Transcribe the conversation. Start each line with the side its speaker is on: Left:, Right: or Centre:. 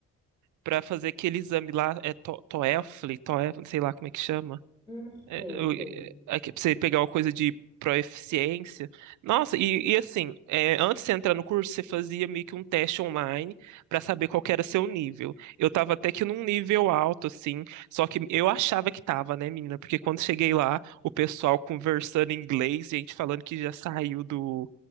Right: para fazer aquele exame lá, é to, TOEFL, TOEFL, não sei lá como é que chama.
Left: Hum,
Right: É,
Left: sei,
Right: eu- é,
Left: sei.
Right: aqui, pra você pegar uma coisa de proeficiência. Nossa, e, e assim, é, antes de você entrar no curso, você fazia meio que um teste online pra saber qual que era seu nível. Eu tava até que num nível alto, assim, só que eu achava que tava, né, menina? Porque quando cheguei lá, o pessoal conversando em inglês, gente falando que já saiu do,